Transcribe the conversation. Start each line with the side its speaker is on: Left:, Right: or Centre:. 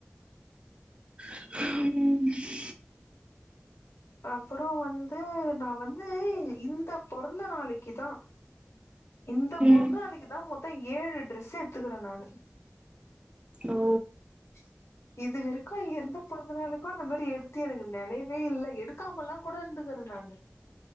Right: ம்
Left: அப்றோ வந்து நா வந்து இந்த பொறந்த நாளைக்குதா இந்த பொறந்த
Right: ம்
Left: நாளிக்குதா மொத்தொ ஏழு டிரெஸ் எத்துகிறே நானு
Right: ஓ
Left: <inaudible> இது வரைக்கோ எந்த பொறந்த நாளுக்கோ அந்த மாரி எடுத்து எனக்கு நெனைவே இல்ல எடுக்காமல்லா கூட இருந்துக்கறே நானு